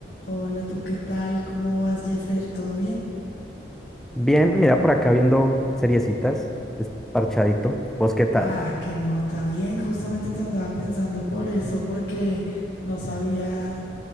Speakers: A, on the left (about 80°); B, in the centre.
A: Hola, ¿tú qué tal? ¿Cómo vas, Jeffer? ¿Todo bien?
B: Bien, mira, por acá viendo seriecitas, desparchadito. ¿Vos qué tal?
A: Ah, qué nota, bien. Justamente te andaba pensando por eso, porque no sabía